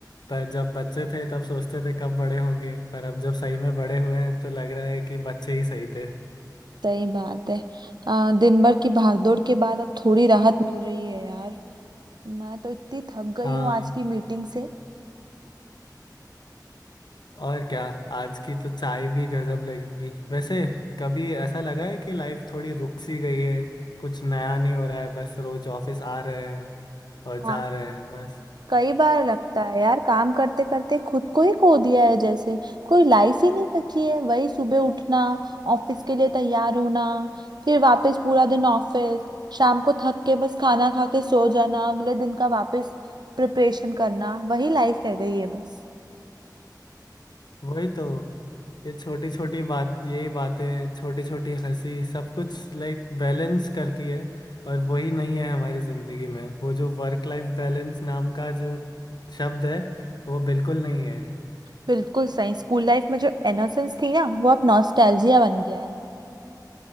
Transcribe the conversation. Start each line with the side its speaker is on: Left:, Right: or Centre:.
Left: पर जब बच्चे थे तब सोचते थे कब बड़े होंगे पर अब जब सही में बड़े हुए हैं तो लग रहा है कि बच्चे ही सही थे
Right: सही बात है आ, दिन भर की भागदौड़ के बाद अब थोड़ी राहत मिल रही है यार मैं तो इतनी थक गई
Left: हाँ
Right: हूँ आज की मीटिंग से
Left: और क्या आज की तो चाय भी गजब लगी वैसे कभी ऐसा लगा है कि लाइफ थोड़ी रुक सी गई है कुछ नया नहीं हो रहा है बस रोज ऑफिस आ रहे हैं और
Right: हाँ
Left: जा रहे हैं बस
Right: कई बार लगता है यार काम करते करते खुद को ही खो दिया है जैसे कोई लाइफ ही नहीं बची है वही सुबह उठना ऑफिस के लिए तैयार होना फिर वापस पूरा दिन ऑफिस शाम को थक के बस खाना खा के सो जाना अगले दिन का वापस प्रिपरेशन करना वही लाइफ रह गई है बस
Left: वही तो ये छोटी छोटी बात यही बातें छोटी छोटी हंसी सब कुछ लाइक बैलेंस करती है और वही नहीं है हमारी जिंदगी में वो जो वर्क लाइफ बैलेंस नाम का जो शब्द है वो बिल्कुल नहीं है
Right: बिल्कुल सही स्कूल लाइफ में जो इनोसेंस थी ना वो अब नॉस्टैल्जिया बन गया है